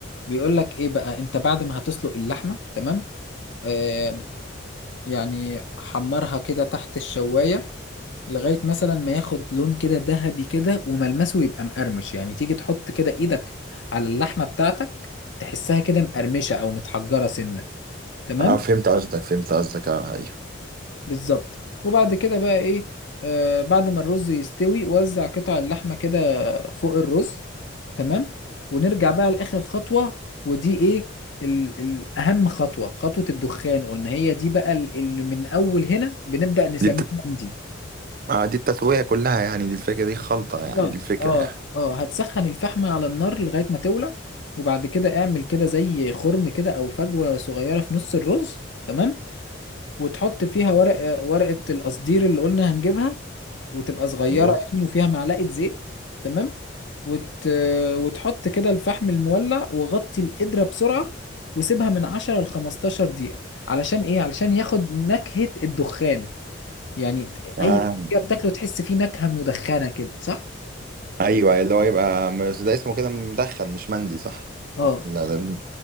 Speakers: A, on the left (about 70°); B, on the right (about 45°).
A: بيقول لك ايه بقى انت بعد ما هتسلق اللحمة تمام آه يعني حمرها كده تحت الشواية لغاية مثلا ما ياخد لون كده ذهبي كده وملمسه يبقى مقرمش يعني تيجي تحط كده ايدك على اللحمة بتاعتك تحسها كده مقرمشة او متحجرة سنة تمام
B: اه فهمت قصدك فهمت قصدك اه ايوه
A: بالظبط وبعد كده بقى ايه آه بعد ما الرز يستوي وزع قطع اللحمة كده فوق الرز تمام ونرجع بقى لآخر خطوة ودي ايه ال- ال- اهم خطوة خطوة الدخان قلنا هي دي بقى ال- اللي من اول هنا بنبدأ نسميها
B: دي بت...
A: مندي
B: آه دي التسوية كلها يعني دي الفكرة دي خلطة
A: بالظبط
B: يعني دي الفكرة
A: اه
B: يعني
A: اه هتسخن الفحمة على النار لغاية ما تولع وبعد كده اعمل كده زي خرم كده او فجوة صغيرة في نص الرز تمام وتحط فيها ورق ورقة القصدير اللي قلنا هنجيبها وتبقى صغيرة
B: ايوه
A: يعني وفيها معلقة زيت تمام وت... وتحط كده الفحم المولع وغطي القدرة بسرعة وسيبها من 10 ل 15 دقيقة علشان ايه علشان ياخد نكهة الدخان يعني
B: آه.
A: اي حاجة بتاكله تحس فيه نكهة مدخنة كده صح
B: ايوه اللي هو يبقى بس ده اسمه كده مدخن مش مندي صح؟
A: اه
B: ولا ده